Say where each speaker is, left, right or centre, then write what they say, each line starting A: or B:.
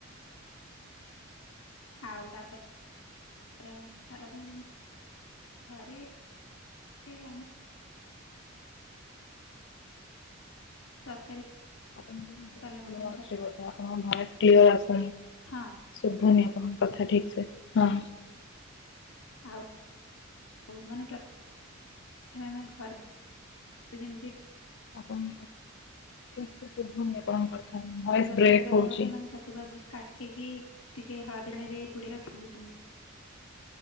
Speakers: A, on the left; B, on the left.
A: ଆଉ ତାାପ ରେ ଥାରଚମେନ୍ ଜିବୁ ଘରେ ଏ ଆମେ ତରକାରୀ
B: ଆପଣ ଙ୍କ ନେଟ
A: କଲେ ମଧ୍ୟ
B: ସ୍ଲୋ ଆଛି ବୋଧେ ଆପଣଙ୍କ ଭଏସ କ୍ଲିୟାର ଆସୁନି
A: ହଁ
B: ଶୁଭୁନି ଆପଣଙ୍କ କଥା ଠିକ ସେ ହଁ
A: ଆଉ ହଉ ମାନେ ପ୍ରଥମେ ଆମେ ଘରେ ଯେମିତି
B: ଆପଣଙ୍କ ଠିକ ସେ ଶୁଭନି ଆପଣଙ୍କ କଥା ଭଏସ
A: ଛାତୁ ତରକାରୀ
B: ବ୍ରେକ୍
A: କଲେ
B: ହଉଛି।
A: ମଧ୍ୟ ମାନେ ଛାତୁକୁ ଆଗେ କାଟିକି ଟିକେ ହଳଦୀଆଣିୀ ରେ ବୁଡ ରଖିନ୍ତି ସେମିତି